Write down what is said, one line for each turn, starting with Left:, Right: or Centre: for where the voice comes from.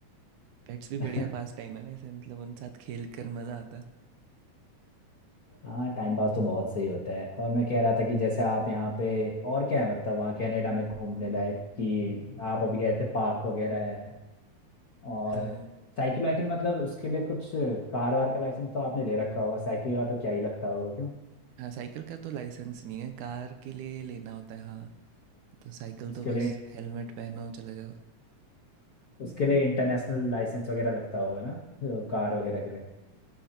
Right: पेट्स भी
Left: <laughs>
Right: बढ़िया पास टाइम है वैसे मतलब उन साथ खेल कर मज़ा आता है
Left: हाँ टाइम पास तो बहुत सही होता है और मैं कह रहा था कि जैसे आप यहाँ पे और क्या है मतलब वहाँ कनाडा में घूमने लायक कि आप अभी गए थे पार्क वगैरह है और
Right: हाँ
Left: साइकिल वाइकिल मतलब उसके लिए कुछ कार वार का लाइसेंस तो आपने ले रखा होगा साइकिल का तो क्या ही लगता होगा क्यों
Right: हाँ साइकिल का तो लाइसेंस नहीं है कार के लिए लेना होता है हाँ तो साइकिल
Left: उसके
Right: तो बस
Left: लिए
Right: हेलमेट पहनो चले जाओ
Left: उसके लिए इंटरनेशनल लाइसेंस वगैरह लगता होगा ना तो कार वगैरह के लिए